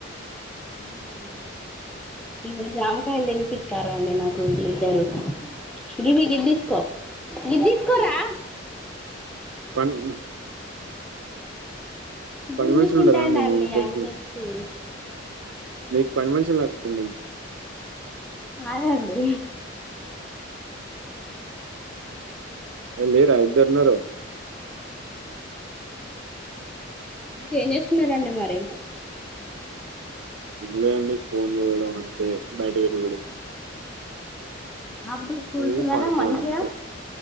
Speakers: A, in the centre; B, on the right (about 75°).
A: ఏం లేదు అండి ఈగో జామకాయల తెపితారు అండి వీళ్ళిద్దరూ గిద్ది తీసుకో గిద్దిస్కోరా
B: పండు పని
A: గుంజుకుంటాండండి
B: మనుషులు ఉండరా అండి
A: అన్ని
B: మీ ఇద్దరికీ
A: అన్ని ఇచ్చి
B: నీకు పని మనుషులు ఉన్నారా అండి
A: ఆగ అండి
B: ఏ లేరా ఇద్దరు ఉన్నారు
A: ఇంకేం చేస్తున్నారండి మరి
B: ఏం లే అండి ఫోన్ చూడడం అంతే బయట తిరుగుడు
A: అఫ్ డే స్కూల్స్
B: నువ్వు
A: కదా
B: పడుకోవడం
A: మంచిగా
B: అంతే.